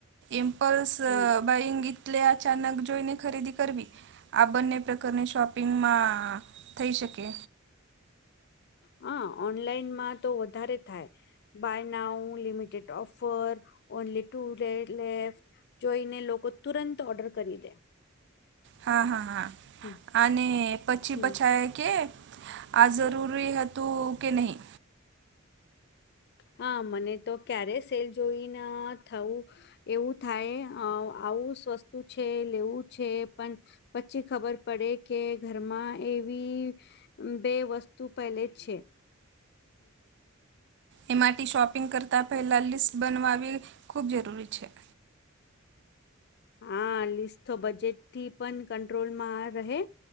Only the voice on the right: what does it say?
ઇમ્પલ્સ
બાઈંગી એટલે અચાનક જોઈને, ખરીદી કરવી આ બંને પ્રકારની શોપિંગમાં. થઈ શકે.
હા હા હા
અને પછી
પછા કે આ જરૂરી હતું કે નહીં.
એ માટે શોપિંગ કરતાં પહેલાં લિસ્ટ બનવાવી ખૂબ જરૂરી છે.